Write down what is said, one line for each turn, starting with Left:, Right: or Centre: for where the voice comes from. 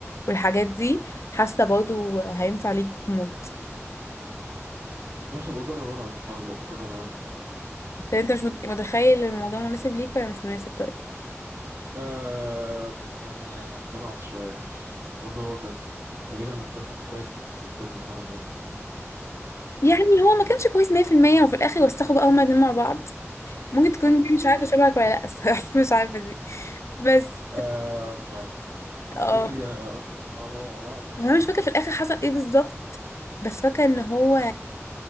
Left: والحاجات دي حاسة برضو هينفع ليك موت
Right: بص بجرب العب الحوار ده بجرب اضحك
Left: طب انت مش مت- متخيل إن الموضوع مناسب ليك ولا مش مناسب طيب
Right: آه يعني آه، اقتنعت شوية ماشي يعني برضه هو كان تقريبا أكتر حد كويس في في الفيلم فأنا موافق يعني
Left: يعني هو ما كانش كويس 100% وفي الاخر وسخوا بقى هما الاتنين مع بعض ممكن تكون
Right: آه
Left: دي مش عارفة شبهك
Right: بس
Left: ولا لا الصراحة <laughs> مش عارفة دي بس
Right: آه مش عارف
Left: اه
Right: تفتكري يا أست هو مع بعض ولا
Left: هو انا مش فاكره في الاخر حصل ايه بالظبط بس فاكره ان هو